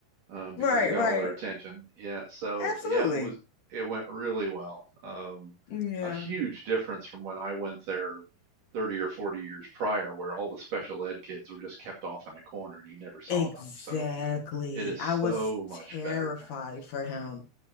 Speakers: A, on the right; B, on the left.
A: um,
B: Right,
A: because he got
B: right.
A: all their attention. Yeah, so
B: Absolutely.
A: yeah, it was it went really well. Um,
B: Yeah.
A: a huge difference from when I went there 30 or 40 years prior, where all the special ed kids were just kept off in a corner and you never saw
B: Exactly.
A: them. So it is
B: I
A: so
B: was
A: much
B: terrified
A: better now.
B: for him,